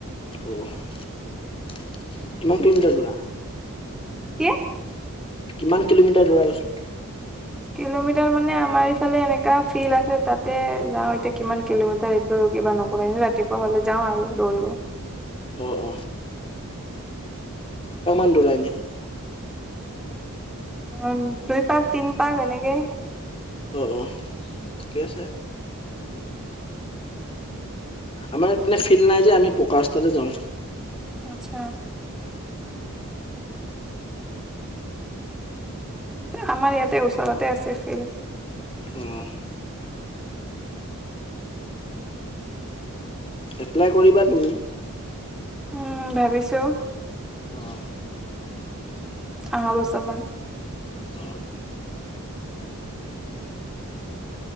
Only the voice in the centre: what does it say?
কি
কিলোমিটাৰ মানে আমাৰ ইফালে এনেকা ফিল্ড আছে তাতে যাও এতিয়া কিমান কিলোমিটাৰ এইটো। কিবা নকৰি ৰাতিপুৱা হ'লে যাওঁ আৰু দৌৰিব
উ দুই পাক তিন পাক এনেকে
আচ্ছা আমাৰ ইয়াতে ওচৰতে আছে ফিল্ড।
উম ভাবিছো
অহা বছৰ মান